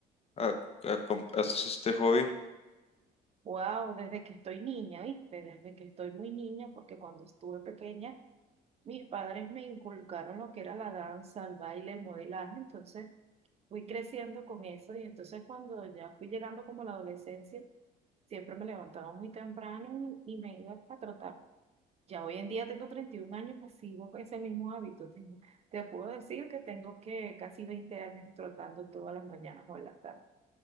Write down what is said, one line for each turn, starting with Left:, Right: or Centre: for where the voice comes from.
Left: ah, ah, com- haces este hobby?
Right: wow, desde que estoy niña, ¿viste? Desde que estoy muy niña, porque cuando estuve pequeña, mis padres me inculcaron lo que era la danza, el baile, el modelaje, entonces fui creciendo con eso y entonces cuando ya fui llegando como a la adolescencia, Siempre me levantaba muy temprano y, y me iba a trotar. Ya hoy en día tengo 31 años, pues sigo con ese mismo hábito. Tengo- te puedo decir que tengo que casi 20 años trotando todas las mañanas o en la tarde,